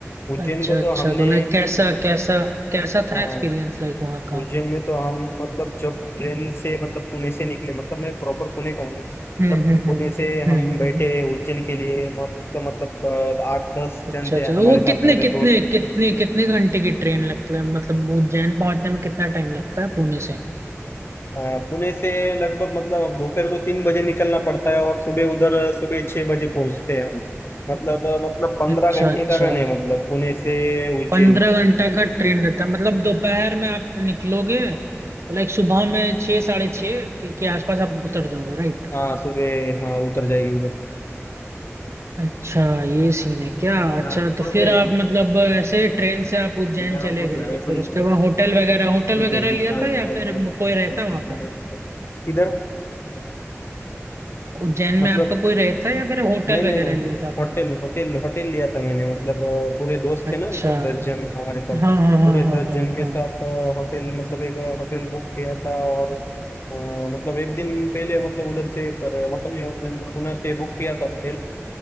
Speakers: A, on the left; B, on the right.
A: उज्जैन
B: अच्छा
A: को
B: अच्छा
A: तो हमने
B: तो लाइक कैसा कैसा कैसा था
A: हाँ
B: एक्सपीरियंस लाइक वहाँ का
A: उज्जैन में तो हम मतलब जब ट्रेन से मतलब पुणे से निकले मतलब मैं प्रॉपर पुणे का हूँ ना मतलब
B: हम्म हम्म
A: पुणे
B: हम्म
A: से
B: हम्म
A: हम
B: हम्म,
A: बैठे
B: हम्म।
A: उज्जैन के लिए मस्त तो मतलब अ, आठ दस
B: अच्छा
A: जन थे
B: अच्छा तो
A: हमारे
B: वो
A: साथ
B: कितने
A: मेरे
B: कितने
A: दोस्त
B: कितने कितने घंटे की ट्रेन लगता है मतलब उज्जैन पहुंचने में कितना टाइम लगता है पुणे से
A: अ, पुणे से लगभग मतलब अब दोपहर को तीन बजे निकलना पड़ता है और सुबह उधर सुबह छह बजे पहुंचते हैं हम मतलब अ, मतलब पंद्रह
B: अच्छा
A: घंटे
B: अच्छा
A: का रन है मतलब पुणे से उज्जैन
B: पंद्रह घंटा का ट्रेन रहता है मतलब दोपहर में आप निकलोगे तो लाइक सुबह में छः साढ़े छः के, के आसपास आप उतर जाओगे राइट
A: हाँ सुबह हाँ उतर जाएगी
B: अच्छा ये सीन है क्या
A: उधर
B: अच्छा तो फिर आप मतलब ऐसे ट्रेन से आप उज्जैन
A: वगैरह
B: चले
A: बहुत
B: गए
A: लड़ाई थोड़ी
B: फिर उसके बाद होटल वगैरह होटल
A: तो पेंटिंग
B: वगैरह लिया
A: का
B: था
A: क्या
B: या
A: होता
B: फिर
A: है बस-
B: कोई रहता
A: बस
B: वहां
A: यहाँ
B: पे
A: पर- इधर
B: उज्जैन
A: मतलब
B: में आपका कोई रहता या फिर होटल
A: नहीं नहीं
B: वगैरह लिया था आपने
A: होटल होटल होटल लिया था मैंने मतलब अ, पूरे दोस्त
B: अच्छा
A: थे ना मतलब दस जन हमारे साथ
B: हाँ हाँ हाँ
A: पूरे
B: हाँ
A: दस
B: हाँ
A: जन के
B: हाँ
A: साथ अ, होटल मतलब एक अ, होटल बुक किया था और अ, मतलब एक दिन पहले मतलब उधर से पर, मतलब यहाँ- मैंने पुणे से बुक किया था होटल